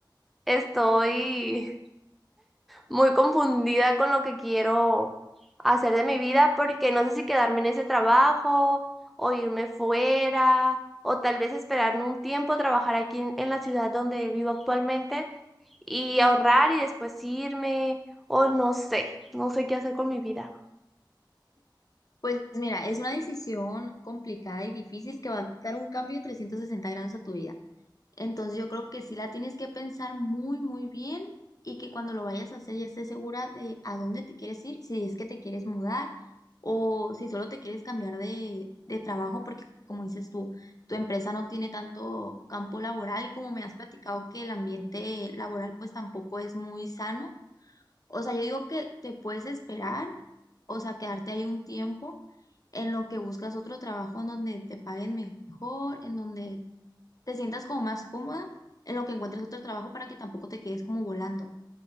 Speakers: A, in the centre; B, on the left (about 50°).
A: estoy muy confundida con lo que quiero hacer de mi vida porque no sé si quedarme en ese trabajo o irme fuera o tal vez esperarme un tiempo a trabajar aquí en, en la ciudad donde vivo actualmente y ahorrar y después irme o no sé, no sé qué hacer con mi vida.
B: Pues mira, es una decisión complicada y difícil que va a dar un cambio de 360 grados a tu vida. Entonces yo creo que sí la tienes que pensar muy, muy bien y que cuando lo vayas a hacer ya estés segura de a dónde te quieres ir, si es que te quieres mudar o si solo te quieres cambiar de, de trabajo, porque como dices tú, tu empresa no tiene tanto campo laboral y como me has platicado que el ambiente laboral pues tampoco es muy sano, o sea, yo digo que te puedes esperar, o sea, quedarte ahí un tiempo en lo que buscas otro trabajo en donde te paguen mejor, en donde te sientas como más cómoda, en lo que encuentres otro trabajo para que tampoco te quedes como volando.